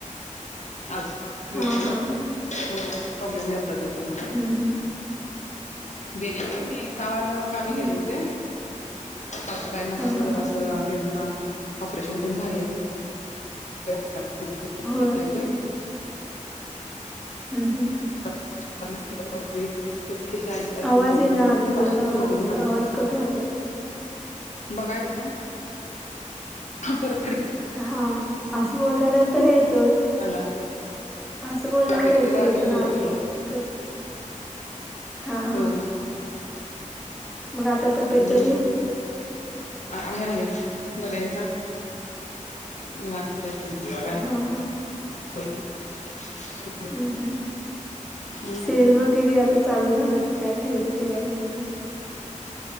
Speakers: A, on the left (about 60°); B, in the centre.
A: आज
B: हा
A: दिवसभरात
B: हा हा
A: हा प्रॉब्लेम यालता त्याच्यामध्ये
B: हम हम
A: गेले होते मी काल गावी
B: हम्म
A: गेले होते. सासूबाईंना
B: हा
A: कसं
B: हा
A: जरासं,
B: हा
A: त्यांना ऑपरेशन तेन झाल <unintelligible>
B: होय
A: होते
B: हम् हम्!
A: <unintelligible> त्यात
B: आवाज
A: तेन बघून
B: येईना
A: आलो,
B: आणि
A: सासू
B: परत आवाज
A: सासरे दोघ जन
B: आवाज कट व्हायलाय.
A: बघाय का परत खी
B: हा असं बोलल्यानंतर येतोय.
A: आला
B: असं बोलल्यावर
A: ते
B: येतय
A: किती जवळ आले
B: पण
A: मग
B: आणि
A: होते होय
B: कट हा हा
A: होय. <inaudible>
B: मग आता तब्येत
A: हम्
B: बरी आहे?
A: आहे आहे बरे आहेता. निवांतय ते
B: हा हा.
A: <inaudible>
B: हम्म हम्म
A: हम्.
B: सेल वगैरे आता चालू झाल्यात, काही खरेदी केला का नाही मग?